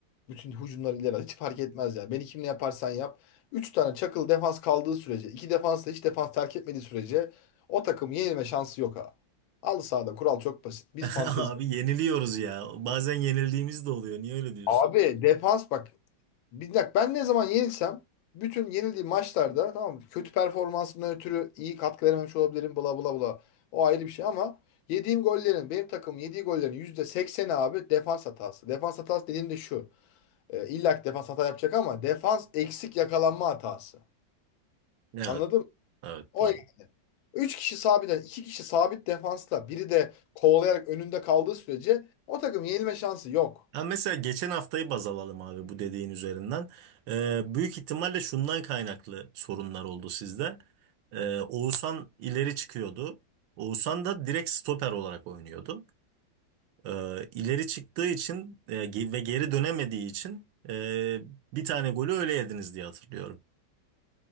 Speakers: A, on the left; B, on the right.
A: Bütün hücumları ileri at. Hiç fark etmez yani. Beni kimle yaparsan yap. 3 tane çakıl defans kaldığı sürece. 2 defans da hiç defans terk etmediği sürece. O takım yenilme şansı yok ha. Al sahada kural çok basit. Biz
B: <laughs>
A: fantezi.
B: Abi yeniliyoruz ya. Bazen yenildiğimiz de oluyor. Niye öyle diyorsun?
A: Abi defans bak. Bir dakika ben ne zaman yenilsem bütün yenildiğim maçlarda tamam mı? Kötü performansımdan ötürü iyi katkı verememiş olabilirim bla bla bla. O ayrı bir şey ama yediğim gollerin benim takım yediği gollerin yüzde sekseni abi defans hatası. Defans hatası dediğim de şu. E, illa ki defans hata yapacak ama defans eksik yakalanma hatası.
B: Evet.
A: Anladın mı?
B: Evet
A: O
B: doğru.
A: 3 kişi sabiten 2 kişi sabit defansla biri de kovalayarak önünde kaldığı sürece o takım yenilme şansı yok.
B: Ha mesela geçen haftayı baz alalım abi bu dediğin üzerinden. Ee, büyük ihtimalle şundan kaynaklı sorunlar oldu sizde. Ee, Oğuzhan ileri çıkıyordu. Oğuzhan da direkt stoper olarak oynuyordu. Ee, ileri çıktığı için e, ge- ve geri dönemediği için e, bir tane golü öyle yediniz diye hatırlıyorum.